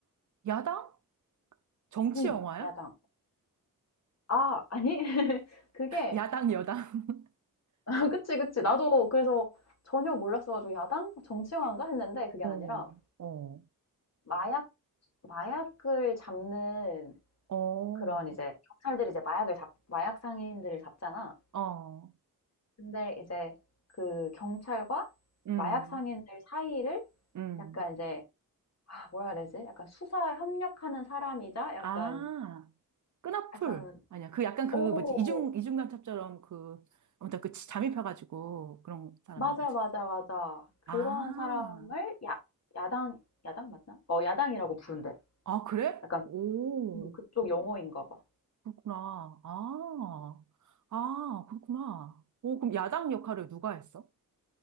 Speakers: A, on the right (about 55°); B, on the left (about 45°).
A: 야당? 정치
B: 응
A: 영화야?
B: 야당. 아 아니 <laughs> 그게
A: <laughs> 야당, 여당.
B: <laughs> 그치, 그치. 나도 그래서 전혀 몰랐어 가지고 '야당? 정치화인가?' 했는데 그게
A: <laughs> 어.
B: 아니라
A: 어.
B: 마약 마약을 잡는
A: 어.
B: 그런 이제 경찰들이 이제 마약을 잡 마약 상인들을 잡잖아.
A: 어.
B: 근데 이제 그 경찰과
A: 음.
B: 마약 상인들 사이를
A: 음.
B: 약간 이제 아 뭐라 해야 되지? 약간 수사에 협력하는 사람이자 약간
A: 아. 끈앞풀.
B: 약간
A: 아니야. 그 약간 그
B: 어
A: 뭐지? 이중 이중간첩처럼 그 아무튼 그 치- 잠입해 가지고 그런 사람인
B: 맞아,
A: 거지.
B: 맞아, 맞아. 그런
A: 아.
B: 사람을 야 야당 야당 맞나? 어 야당이라고 부른대.
A: 아, 그래?
B: 약간
A: 오.
B: 음 그쪽 용어인가 봐.
A: 그렇구나. 아,
B: 음.
A: 아, 그렇구나. 오, 그럼 야당 역할을 누가 했어?